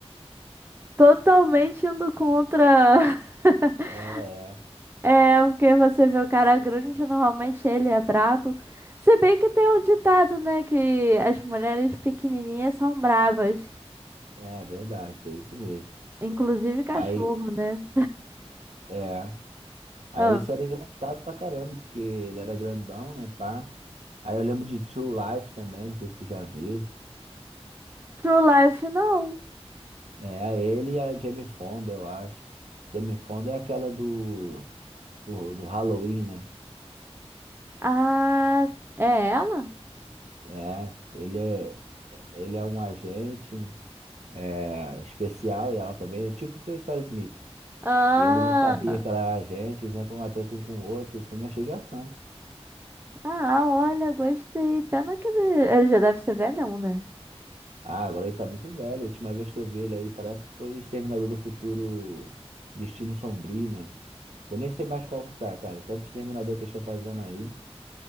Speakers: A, on the right (about 20°); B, on the right (about 85°).
A: Totalmente indo contra. <laughs>
B: É, é.
A: É, porque você vê o cara grande, normalmente ele é brabo. Se bem que tem um ditado, né? Que as mulheres pequenininhas são bravas.
B: É verdade, é isso mesmo.
A: Inclusive cachorro,
B: Aí,
A: né?
B: é. Aí
A: Ah,
B: esse era engraçado pra caramba, porque ele era grandão, né, pá? Aí eu lembro de True Life também, não sei se tu já viu.
A: True Life, não.
B: É, ele e a Jamie Fonda, eu acho. Jamie Fonda é aquela do, do, do Halloween, né?
A: Ah, é ela?
B: É, ele é, ele é um agente é, especial e ela também, tipo o Sr. Smith.
A: Ah,
B: E ele não sabia que ela era agente, eles entram uma treta um com o outro, o filme é cheio de ação.
A: ah, olha, gostei. Pena que ele, ele já deve ser velhão, né?
B: Ah, agora ele tá muito velho. A última vez que eu vi ele aí, parece que foi Exterminador do Futuro Destino Sombrio, né? Eu nem sei mais qual que tá, cara. Tanto Exterminador que eles estão fazendo aí.